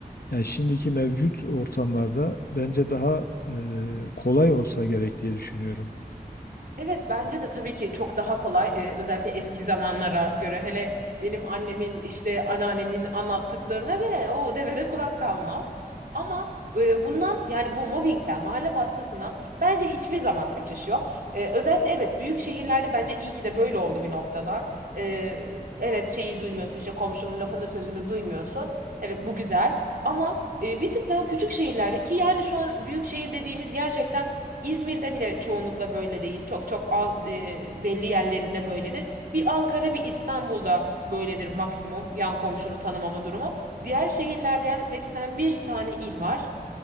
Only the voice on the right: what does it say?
Evet bence de tabii ki çok daha kolay Ee, özellikle eski zamanlara göre hele benim annemin işte anneannemin anlattıklarına göre o devede kulak kalmaz. Ama e, bundan yani bu mobbingden mahalle baskısından bence hiçbir zaman kaçış yok. Ee, özellikle evet büyük şehirlerde bence iyi ki de böyle oldu bir noktada. Ee, evet şeyi duymuyorsun işte komşunun lafını sözünü duymuyorsun. Evet bu güzel ama e, bir tık daha küçük şehirlerde ki yani şu an büyük şehir dediğimiz gerçekten İzmir'de bile çoğunlukla böyle değil. Çok çok az e, belli yerlerinde böyledir. Bir Ankara, bir İstanbul'da böyledir maksimum yan komşunu tanımama durumu. Diğer şehirlerde yani 81 tane il var.